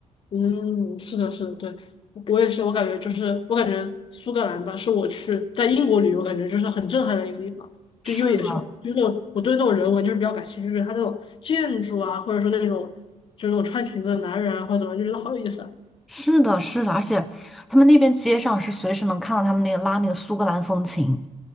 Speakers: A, on the left; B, in the centre.
A: 嗯，是的，是的，对，我也是，我感觉就是，我感觉苏格兰吧，是我去在英国旅游，感觉就是很震撼的一个地方，
B: 是的，
A: 就因为也是，就是我对那种人文就是比较感兴趣，就是它那种建筑啊，或者说那种就是那种穿裙子的男人啊，或者怎么样就觉得好有意思啊。
B: 是的，是的，而且他们那边街上是随时能看到他们那个拉那个苏格兰风情。